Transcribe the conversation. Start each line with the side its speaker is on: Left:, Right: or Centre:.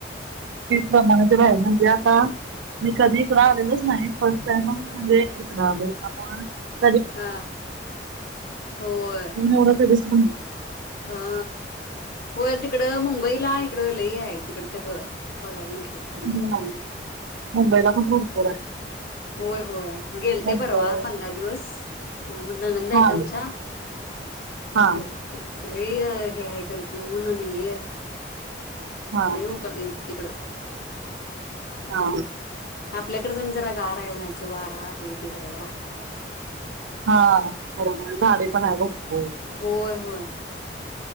Right: प्रमा <unintelligible> इकड आहे म्हणजे आता मी कधी इकड आलेलच नाही फर्स्ट टाइमच म्हणजे इकडे आले का
Left: हा होय
Right: ऊन एवढं कधीच नाही
Left: हा होय तिकड मुंबईला आहे. तिकड लई आहे तिकड तर नको.
Right: ह मुंबईला पण भरपुर आहे
Left: होय होय गेल
Right: मुंबई
Left: ते परवा पंधरा दिवस. ह म्हण नंदायतमचा
Right: हा हा
Left: हे ते <unintelligible> हे ह कर उन आणि हे
Right: हा
Left: लई उकडतय तिकड
Right: हा
Left: आपल्याकड जण जरा गारा आहे म्हणायचं वारा हे ते जरा जरा.
Right: हा हो झाडे पण आहे भरपूर
Left: होय, होय.